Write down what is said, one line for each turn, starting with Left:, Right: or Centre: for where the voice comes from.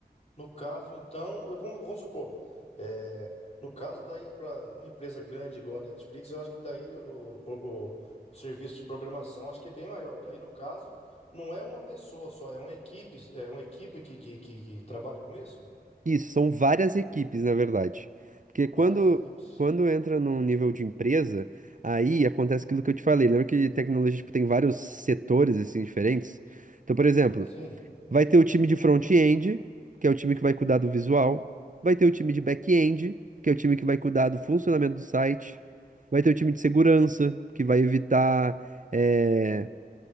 Left: No caso, então, vamos, vamos supor, é, no caso daí, para uma empresa grande igual a Netflix, eu acho que daí o, o, o serviço de programação acho que é bem maior. Daí, no caso, não é uma pessoa só, é uma equipe, é uma equipe que, que, que, que trabalha com isso?
Right: Isso, são várias equipes, na verdade. Porque quando,
Left: Várias equipes.
Right: quando entra num nível de empresa, aí acontece aquilo que eu te falei. Lembra que tecnologia, tipo, tem vários setores, assim, diferentes? Então, por exemplo,
Left: Sim,
Right: vai ter o time de front-end, que é o time que vai cuidar do visual. Vai ter o time de back-end, que é o time que vai cuidar do funcionamento do site. Vai ter o time de segurança, que vai evitar, eh,